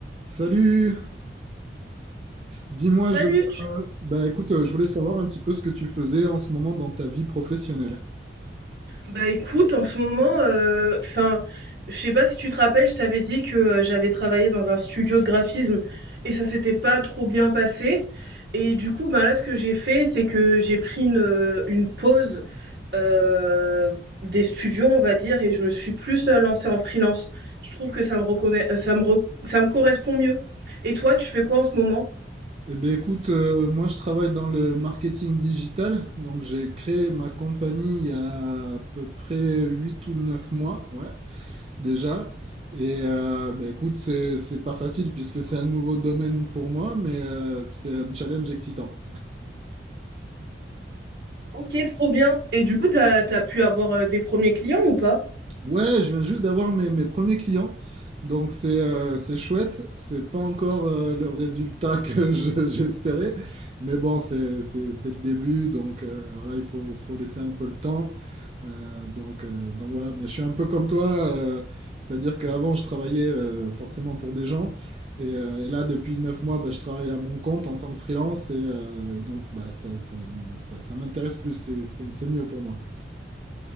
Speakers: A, on the right; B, on the right.
A: Salut, dis-moi,
B: Salut,
A: je,
B: tu-
A: euh, bah écoute, euh, je voulais savoir un petit peu ce que tu faisais en ce moment dans ta vie professionnelle.
B: bah écoute, en ce moment, euh, enfin, je sais pas si tu te rappelles, je t'avais dit que euh, j'avais travaillé dans un studio de graphisme et ça s'était pas trop bien passé. Et du coup, bah là, ce que j'ai fait, c'est que j'ai pris une, euh, une pause euh, des studios, on va dire, et je me suis plus euh, lancée en freelance. Je trouve que ça me reconnaît, euh, ça me re- ça me correspond mieux. Et toi, tu fais quoi en ce moment?
A: Eh ben écoute, euh, moi je travaille dans le marketing digital, donc j'ai créé ma compagnie il y a à peu près 8 ou 9 mois, ouais, déjà. Et euh, bah écoute, c'est c'est pas facile puisque c'est un nouveau domaine pour moi, mais euh, c'est un challenge excitant.
B: Ok, trop bien. Et du coup, t'as, t'as pu avoir euh, des premiers clients ou pas?
A: Ouais, je viens juste d'avoir mes, mes premiers clients. Donc c'est euh, c'est chouette, c'est pas encore euh, le résultat que <laughs> je- j'espérais, mais bon c'est c'est c'est le début, donc euh, voilà il faut faut laisser un peu le temps, Euh, donc euh, donc voilà. Mais je suis un peu comme toi, euh, c'est-à-dire qu'avant je travaillais euh, forcément pour des gens et, euh, et là depuis neuf mois bah, je travaille à mon compte en tant que freelance et, euh, et donc bah ça ça ça, ça m'intéresse plus, c'est c'est c'est mieux pour moi.